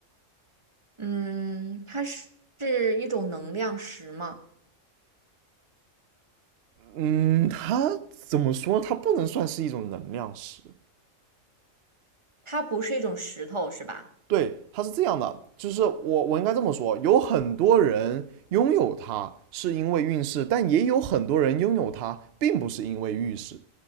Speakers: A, on the right (about 25°); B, on the right (about 60°).
A: 嗯，它是是一种能量石吗？
B: 嗯，它怎么说？它不能算是一种能量石，
A: 它不是一种石头是吧？
B: 对，它是这样的，就是我我应该这么说，有很多人拥有它是因为运势，但也有很多人拥有它并不是因为运势